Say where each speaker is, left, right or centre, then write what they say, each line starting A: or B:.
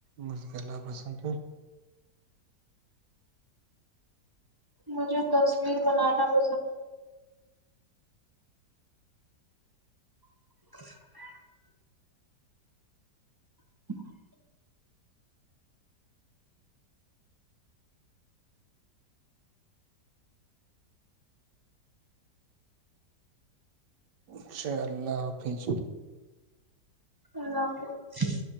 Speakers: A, on the right (about 75°); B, on the right (about 30°).
A: مشغلہ پسند ہے
B: مجھے تصویر بنانا پسند ہے <inaudible> <inaudible>
A: اچھا اللہ حافظ
B: اللہ حافظ